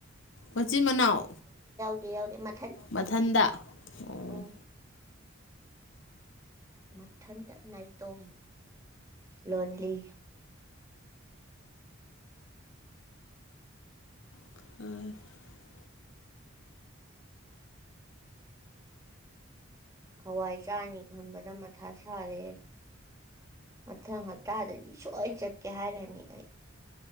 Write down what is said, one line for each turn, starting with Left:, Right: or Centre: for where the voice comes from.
Left: ꯃꯆꯤꯟ ꯃꯅꯥꯎ
Right: <unintelligible>
Left: ꯃꯊꯟꯗ ꯑꯣ
Right: ꯎꯝ ꯃꯊꯟꯗ ꯅꯇꯣ ꯂꯣꯟꯂꯤ
Left: <unintelligible>
Right: ꯍꯋꯥꯏ ꯆꯥꯅꯤ ꯈꯟꯕꯗ ꯃꯊꯥ ꯁꯥꯔꯦ ꯃꯊꯪ ꯍꯞꯇꯥꯗꯗꯤ ꯁꯨꯡꯣꯏꯅ ꯆꯠꯀꯦ ꯍꯥꯏꯔꯅꯤ ꯑꯩ